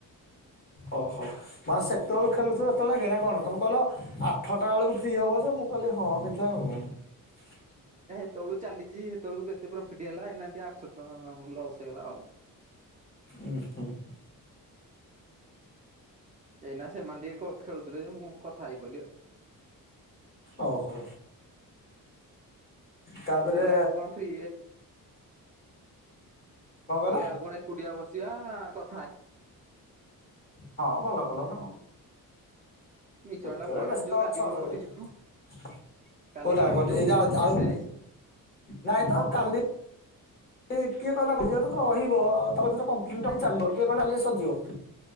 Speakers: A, on the left (about 25°); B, on the right (about 20°).
A: ଓହୋ ମାନେ ସେତେବେଳୁ ଖେଳୁନଥିଲୁ ଏତେବେଳେ ନାକେ ନା କଣ ତମେ କହିଲ ଆଠଟା ବେଳକୁ ଫ୍ରି ହେବ ଯେ ମୁଁ କହିଲି ହଁ ଦେଖିଆ ଆଉ। <unintelligible>
B: ସେତବେଳୁ ଚାଲିଛି ଏତବେଳୁ କୁ କେତେ ପ୍ରଫିଟ ହେଲା ଏନା ଟି ଆଠଶହ ଟଙ୍କା ଲସ୍ ହେଇଗଲା ଆଉ।
A: ଉଁ ହୁଁ।
B: ଏଇନା ସେମାନେ ଟିକେ କ ଖେଳୁଥିଲେ ଯେ ମୁଁ କଥା ହେଇ ପଇଲି ଆଉ।
A: ଓହୋ ତାପରେ
B: ମୁଁ କହିଲି ଆଉ କଣ ଫ୍ରି
A: କଣ କହିଲ
B: କହିଲି ଆଉ କଣ ଏକୁଟିଆ ବସିବା କ
A: ହଁ ଭଲ କଲ ନା।
B: ମିଶନ
A: ଯେତେବେଳେ
B: ଟା ପୁରାଣା
A: ବ୍ୟସ୍ତ
B: ହେଇଯିବ କାଲି
A: ଅଛ
B: ମୋର
A: ଅଛ
B: କଟିଯିବ
A: ଯେତେ
B: କାଲି
A: କୋଉଟା
B: କଟିଯିବ
A: ଗୋଟେ ଏଇଟା
B: ମୋର ମେସେଜ
A: ଆଉ
B: ଆଇଛି।
A: ନାଇଁ ତ ଆଉ କାଲି ଲି କିଏ କହିଲା କରିଛି ଏଇଟା ତ ରହିବତମେ <inaudible> ଚାଲିବ କିଏ କହିଲା <inaudible> ସରିଯିବ।